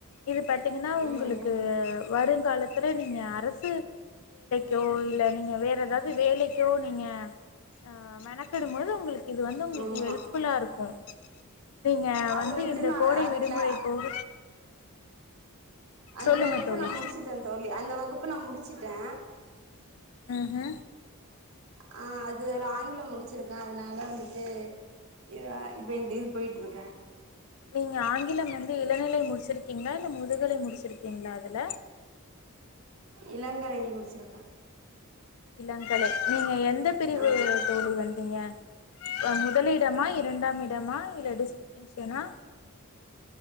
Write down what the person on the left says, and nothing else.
இது பாத்தீங்கன்னா உங்களுக்கு
வருங்காலத்துல நீங்க அரசு யோ இல்ல நீங்க வேற எதாவது வேலைக்கோ நீங்க ஆ மெனக்கிடும்போது உங்களுக்கு இது வந்து உங்களுக்கு
ஹெல்ப் ஃபுல்லா இருக்கு நீங்க
வந்து
இந்த
கோடை
விடுமுறை போக
சொல்லுங்க
தோழி
ம்ஹு
நீங்க ஆங்கிலம் வந்து இளநிலை முடிச்சிருக்கீங்களா இல்ல முதுகலை முடிச்சிருக்கீங்களா அதுல
இளங்கலை நீங்க எந்த பிரிவு
தோழி வந்தீங்க அ மு முதலிடமா இரண்டாம் இடமா இல்ல டிஸ்டீங்ஷன்னா